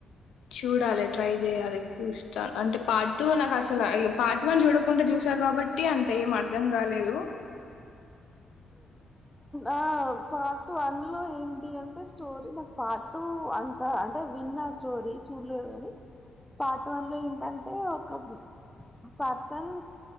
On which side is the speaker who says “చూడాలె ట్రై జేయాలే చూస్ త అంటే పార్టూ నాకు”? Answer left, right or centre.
Left